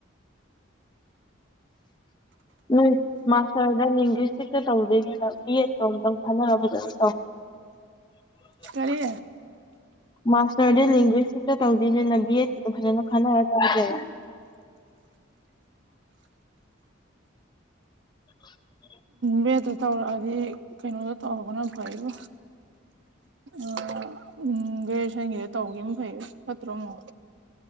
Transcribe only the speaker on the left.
ꯅꯣꯏ ꯃꯥꯁꯇꯔꯗ ꯂꯤꯡꯒꯨꯏꯁꯇꯤꯛꯇ ꯇꯧꯗꯣꯏꯅꯤꯅ ꯕꯤ ꯑꯦꯗ ꯇꯣ ꯑꯃꯨꯛꯇꯪ ꯈꯟꯅꯔꯣ ꯐꯖꯅ ꯇꯧ <unintelligible>
ꯃꯥꯁꯇꯔꯗꯤ ꯂꯤꯡꯒꯨ꯭ꯋꯤꯁꯁꯤꯛꯇ ꯇꯧꯗꯣꯏꯅꯤꯅ ꯕꯤ ꯑꯦꯠ ꯀꯤꯗꯣ ꯐꯖꯅ ꯈꯟꯅꯔ ꯇꯧꯖꯦꯕ <inaudible>